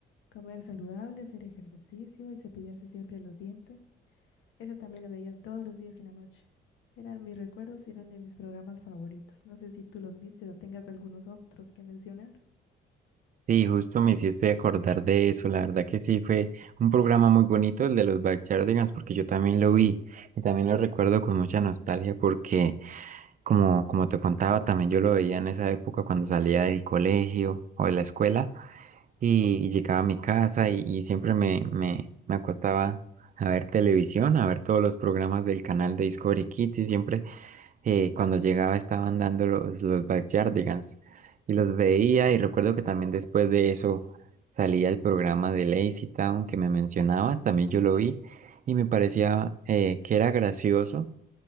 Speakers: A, on the left; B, on the right.
A: comer saludable, hacer ejercicio y cepillarse siempre los dientes. Esa también la veía todos los días en la noche. Eran mis recuerdos y eran de mis programas favoritos. No sé si tú los viste o tengas algunos otros que mencionar.
B: Sí, justo me hiciste acordar de eso. La verdad que sí fue un programa muy bonito el de los Backyardigans porque yo también lo vi y también lo recuerdo con mucha nostalgia porque como, como te contaba también yo lo veía en esa época cuando salía del colegio o de la escuela y, y llegaba a mi casa y, y siempre me, me, me acostaba a ver televisión, a ver todos los programas del canal de Discovery Kids y siempre eh, cuando llegaba estaban dando los, los Backyardigans y los veía y recuerdo que también después de eso salía el programa de Lazy Town que me mencionabas, también yo lo vi y me parecía eh, que era gracioso